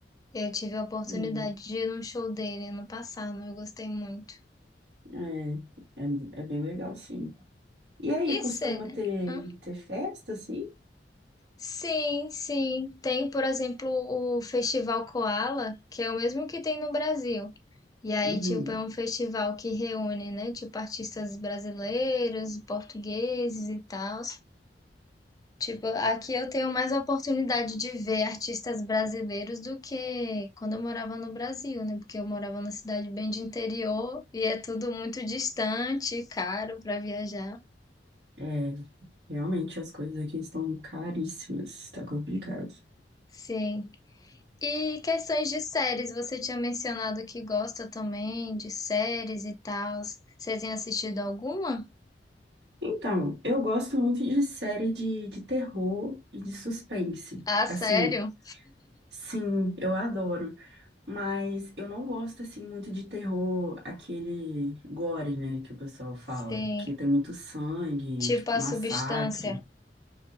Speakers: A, on the left; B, on the right.
A: Eu tive a oportunidade
B: Hum,
A: de ir num show dele ano passado, eu gostei muito.
B: É, é, é bem legal, sim. E aí,
A: E
B: costuma
A: cê...
B: ter,
A: Hã?
B: ter festa, assim?
A: Sim, sim. Tem, por exemplo, o Festival Koala, que é o mesmo que tem no Brasil. E aí,
B: Uhum.
A: tipo, é um festival que reúne, né, tipo, artistas brasileiros, portugueses e tal. Tipo, aqui eu tenho mais oportunidade de ver artistas brasileiros do que quando eu morava no Brasil, né? Porque eu morava numa cidade bem de interior e é tudo muito distante, e caro para viajar.
B: É, realmente as coisas aqui estão caríssimas, tá complicado.
A: Sim. E questões de séries, você tinha mencionado que gosta também de séries e tal. Você tem assistido alguma?
B: Então, eu gosto muito de série de, de terror e de suspense.
A: Ah, sério?
B: Assim, sim, eu adoro. Mas eu não gosto, assim, muito de terror, aquele gore, né, que o pessoal fala.
A: Sim.
B: Que tem muito sangue,
A: Tipo
B: tipo,
A: a
B: massacre.
A: Substância.